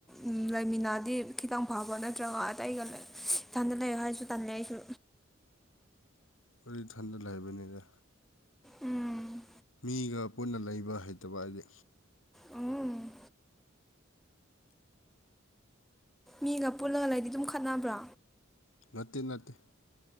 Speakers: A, in the centre; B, on the left (about 80°).
A: ꯎꯝ ꯂꯩꯥꯃꯤꯟꯅꯥꯗꯤ ꯈꯤꯇꯪ ꯐꯥꯕ ꯅꯠꯇ꯭ꯔꯒ ꯑꯇꯩꯒ ꯂꯩ ꯏꯊꯟꯗ ꯂꯩꯌꯣ ꯍꯥꯏꯁꯨ ꯇꯜꯂꯦ ꯑꯩꯁꯨ
B: ꯑꯩꯗꯤ ꯏꯊꯟꯗ ꯂꯩꯕꯅꯦꯗ
A: ꯎꯝ
B: ꯃꯤꯒ ꯄꯨꯟꯅ ꯂꯩꯕ ꯍꯩꯇꯕ ꯍꯥꯏꯗꯤ
A: ꯎꯝ ꯃꯤꯒ ꯄꯨꯜꯂꯒ ꯂꯩꯗꯤ ꯑꯗꯨꯝ ꯈꯠꯅꯕ꯭ꯔꯥ
B: ꯅꯠꯇꯦ ꯅꯠꯇꯦ